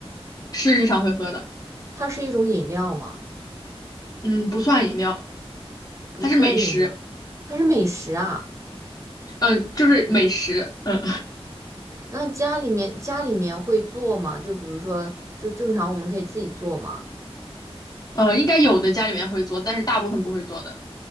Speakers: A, on the left; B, on the right.
A: 是日常会喝的，
B: 它是一种饮料吗？
A: 嗯，不算饮料，
B: 不算饮料，
A: 它是美食，
B: 它是美食啊。
A: 嗯，就是美食，嗯，
B: 那家里面家里面会做吗？就比如说，就正常我们可以自己做吗？
A: 呃，应该有的家里面会做，但是大部分不会做的，